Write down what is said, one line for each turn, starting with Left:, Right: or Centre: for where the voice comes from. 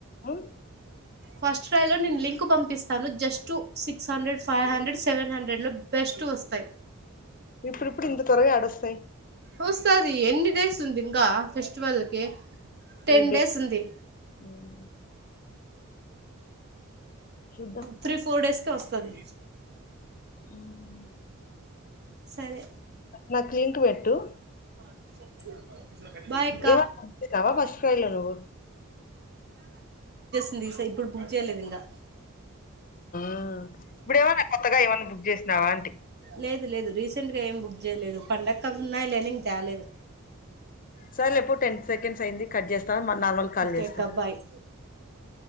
Left: ఉమ్,
Right: ఫస్ట్ క్రై లో నేను లింక్ పంపిస్తాను just six hundred five hundred seven hundred లో బెస్టూవ్ వస్తాయి
Left: ఇప్పుడిప్పుడు ఇంత త్వరగా యాడ వస్తాయ్
Right: వస్తది ఎన్ని డేస్ ఉంది ఇంకా ఫెస్టివల్కి టెన్
Left: ఏ డే
Right: డేస్ ఉంది
Left: ఉమ్, చూద్దాం
Right: త్రీ ఫోర్ డేస్ కి వస్తది
Left: ఉమ్,
Right: సరే
Left: నాకు లింక్ పెట్టు
Right: <inaudible> బాయ్ అక్క
Left: ఏమా <unintelligible> ఫస్ట్ క్రై లో నువు
Right: ఉంది సై ఇప్పుడు బుక్ చేయలేదు ఇంగా
Left: ఆ ఇప్పుడేమన్నా కొత్తగా ఏమన్నా బుక్ చేసినావా అంట
Right: లేదు లేదు రీసెంట్ గా ఏం బుక్ చేయలేదు పండగ అవి ఉన్నాయి లేని ఇంక తేలేదు
Left: సరలే పూట ఎంత సెంస్ అయింది కట్ చేస్త నార్మల్ కాల్
Right: ఓకే
Left: చేస్తా
Right: అక్క బాయ్